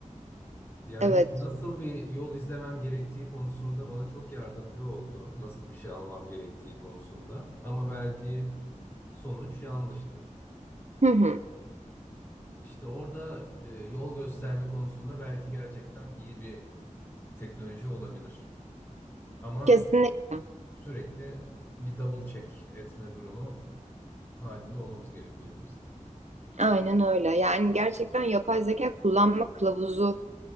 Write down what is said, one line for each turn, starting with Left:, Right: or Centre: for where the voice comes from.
Left: Yani
Right: Evet.
Left: nasıl bir yol izlemem gerektiği konusunda bana çok yardımcı oldu. Nasıl bir şey almam gerektiği konusunda. Ama verdiği sonuç yanlıştı.
Right: Hı hı.
Left: İşte orada e, yol gösterme konusunda belki gerçekten iyi bir teknoloji olabilir. Ama
Right: Kesinlikle.
Left: sürekli bir double check etme durumu halinde olmamız gerekiyor hepimiz.
Right: Aynen öyle. Yani gerçekten yapay zeka kullanma kılavuzu